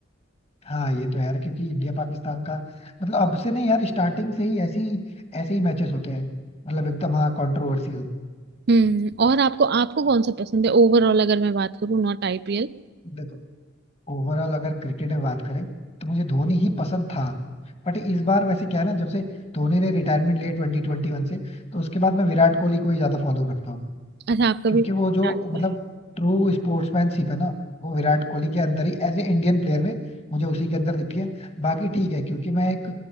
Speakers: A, on the left (about 30°); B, on the right (about 55°).
A: हाँ ये तो यार क्योंकि इंडिया पाकिस्तान का मतलब अब से नहीं यार स्टार्टिंग से ही ऐसी ऐसे ही मैचेस होते हैं मतलब एकदम हाँ कंट्रोवर्सियल
B: हम्म और आपको आपको कौन सा पसंद है ओवरऑल अगर मैं बात करूँ नॉट आईपीएल
A: देखो ओवरऑल अगर क्रिकेट में बात करें तो मुझे धोनी ही पसंद था बट इस बार वैसे क्या है ना जब से धोनी ने रिटायरमेंट लिया ट्वेंटी ट्वेंटी वन से तो उसके बाद मैं विराट कोहली को ही ज्यादा फॉलो करता हूँ
B: अच्छा आपका
A: क्योंकि
B: भी विराट
A: वो जो मतलब
B: कोहली
A: ट्रू स्पोर्ट्समैनशिप है ना वो विराट कोहली के अंदर ही एज ए इंडियन प्लेयर में मुझे उसी के अंदर दिखती है बाकी ठीक है क्योंकि मैं एक